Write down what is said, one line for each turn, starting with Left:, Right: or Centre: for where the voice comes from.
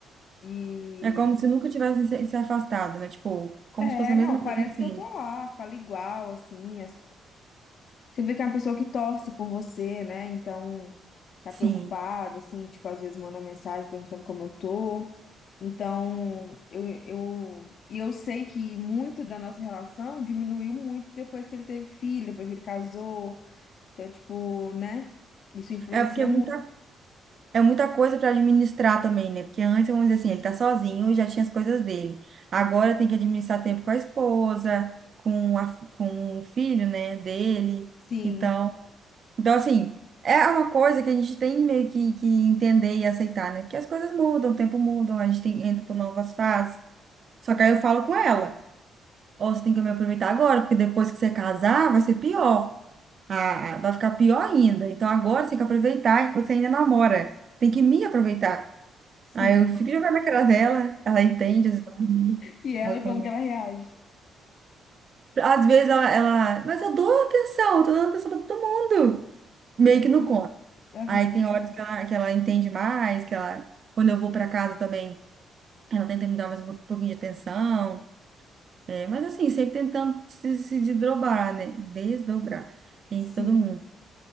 Left: E
Right: É como se nunca tivesse se, se afastado, né? Tipo, como
Left: é,
Right: se fosse a
Left: não,
Right: mesma coisa
Left: parece
Right: de sempre.
Left: que eu tô lá, falo igual assim, as, Você vê que é uma pessoa que torce por você, né? Então, tá
Right: Sim.
Left: preocupado, assim, tipo, às vezes manda mensagem perguntando como eu tô. Então, eu, eu, e eu sei que muito da nossa relação diminuiu muito depois que ele teve filho, depois que ele casou. Então, tipo, né? Isso influencia
Right: É porque é muita,
Left: muito.
Right: é muita coisa para administrar também, né? Porque antes, vamos dizer assim, ele tá sozinho e já tinha as coisas dele. Agora tem que administrar tempo com a esposa, com, a, com o filho, né, dele.
Left: Sim,
Right: Então, então, assim, é uma coisa que a gente tem meio que, que entender e aceitar, né? Porque as coisas mudam, o tempo muda, a gente tem, entra por novas fases. Só que aí eu falo com ela. Ó, você tem que me aproveitar agora, porque depois que você casar, vai ser pior. Ah, ah, vai ficar pior ainda. Então agora você tem que aproveitar que você ainda namora. Tem que me aproveitar.
Left: sim.
Right: Aí eu fico jogando na cara dela, ela entende, às vezes ela ri.
Left: E ela,
Right: Aí quando-
Left: como que ela reage?
Right: Às vezes ela, ela, mas eu dou atenção, tô dando atenção pra todo mundo. Meio
Left: Ah,
Right: que não conta.
Left: aham,
Right: Aí tem horas que ela, que ela entende mais, que ela, quando eu vou pra casa também, ela tenta me dar mais um pouquinho de atenção. É, mas assim, sempre tentando se, se desdobrar, né? Desdobrar entre
Left: sim.
Right: todo mundo.